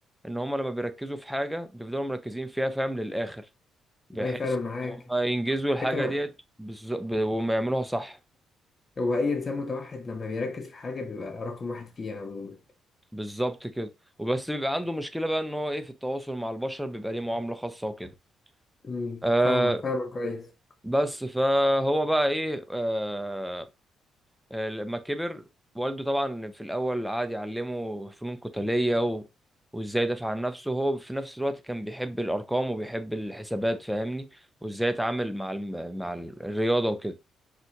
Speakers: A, in the centre; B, on the left.
A: ان هم لما بيركزوا في حاجة بيفضلوا مركزين فيها فاهم للاخر بحيث
B: ايوه فعلا معاك
A: ان هم ينجزوا الحاجه
B: فكرة
A: ديت بالز- ب- وما يعملوها صح
B: هو اي انسان متوحد لما بيركز في حاجة بيبقى رقم واحد فيها عموما
A: بالظبط كده وبس بيبقى عنده مشكله بقى ان هو ايه في التواصل مع البشر بيبقى ليه معامله خاصه وكده
B: امم
A: آه
B: فاهمك فاهمك كويس
A: بس فهو بقى ايه آه آه، لما كبر والده طبعا في الاول قعد يعلمه فنون قتاليه و... وازاي يدافع عن نفسه هو في نفس الوقت كان بيحب الارقام وبيحب الحسابات فاهمني وازاي يتعامل مع الم... مع الرياضه وكده